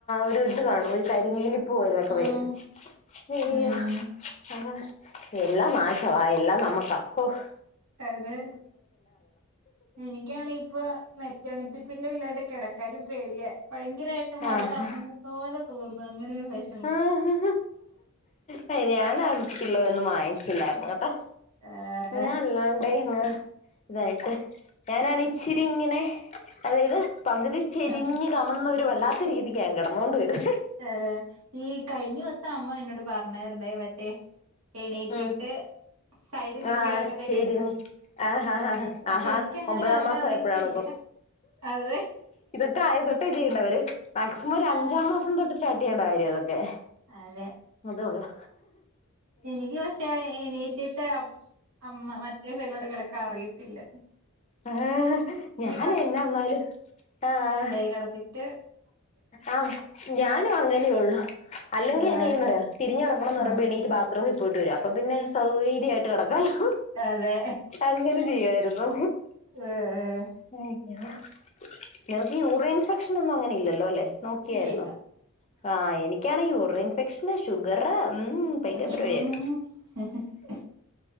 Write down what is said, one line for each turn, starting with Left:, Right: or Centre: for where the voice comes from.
Left: ഒരു ഇത് കാണും, ഒരു കരിനീലി പ്പ് പോലൊക്കെ
Right: ആഹ്
Left: വരും. അയ്യൊ
Right: ഉം
Left: അതെ. എല്ലാം നശവാ, എല്ലാം നമക്കാ. ഓഫ്
Right: അതെ, എനിക്കാണെങ്കി ഇപ്പൊ മെറ്റേണിറ്റി പില്ലും ഇല്ലാണ്ട കിടക്കാനും പേടിയ, ഭയങ്കരായിട്ട് വയറർങ്ങു
Left: ആഹ്
Right: തോന്നെ തോന്നും, അങ്ങനെ ഒരു വെഷ
Left: ആഹ്, ഞാൻ അ ഞാനാ പില്ലോ ഒന്നും വാങ്ങിച്ചില്ലായിരുന്നു കേട്ടോ?
Right: ആഹ്
Left: ഞാൻ ഉള്ളതോണ്ട് ഇങ്ങനെ ഇതായിട്ട് ഞാനാണെ ഇച്ചിരി ഇങ്ങനെ അതായത് പകുതി ചെരിഞ്ഞ്
Right: ആ
Left: കമന്നൊര് വല്ലാത്ത രീതിക്കാ ഞാൻ കെടന്നോണ്ട് വര്
Right: ഏ ഈ കഴിഞ്ഞൂസം അമ്മ എന്നോട് പറഞ്ഞാര്ന്നേ മറ്റെ എണീറ്റിട്ട്
Left: ഉം
Right: സൈഡ് തിരിഞ്ഞ്
Left: ആഹ്
Right: കെടക്ക്ന്ന
Left: ചെരിഞ്ഞ്
Right: കേസ്
Left: ആഹ് ആഹ്
Right: ഏ പക്ഷെ
Left: ആഹാ
Right: എനിക്കങ്ങനെ
Left: ഒമ്പതാം
Right: കെടക്കാ
Left: മാസം
Right: അറിയത്തില്ല
Left: ആയപ്പോഴാണോ
Right: അതെ
Left: ക്കാദ്യം തൊട്ടേ ചെയ്യണ്ടവര് മാക്സിമൊര് അഞ്ചാം
Right: ആഹ്
Left: മാസം തൊട്ട് സ്റ്റാർട്ടെയ്യണ്ട കാര്യാ ഇതൊക്കെ
Right: അതെ
Left: അത് കൊള്ളാ
Right: എനിക്ക് പക്ഷേ എണീറ്റിട്ട് അമ്മ മറ്റേ സൈഡിലോട്ട് കെടക്കാൻ അറിയത്തില്ല
Left: ഏഹ്
Right: നീ
Left: ഞാനെന്നാ വന്നാലും ആഹ്
Right: കെടത്തിട്ട്
Left: ആഹ് ഞാനും അങ്ങനെള്ളു അല്ലെങ്കി
Right: ആഹ്
Left: എന്നയ്യുന്നറ്യോ തിരിഞ്ഞ് കെടക്കണംന്ന്
Right: ആഹ്
Left: പറയ്മ്പൊ എണീറ്റ് ബാ ത്രൂമി പോയിട്ട് വെരും അപ്പ പിന്നെ സൗകര്യായിട്ട് കെടക്കാലോ
Right: അതെ
Left: അങ്ങനെ ചെയ്യാര്ന്നു
Right: ഏഹ്
Left: <unintelligible> നിനക്ക് യൂറിൻഫെക്ഷനൊന്നും അങ്ങനെ ഇല്ലല്ലോ അല്ലേ നോക്യാര്ന്നോ
Right: ഇല്ലില്ല
Left: ആഹ് എനിക്കാണെ യൂറിൻഫെക്ഷന് ഷുഗറ് ഉം
Right: ആഹ്
Left: ഭയങ്കര പരിപാടിയാര്ന്നു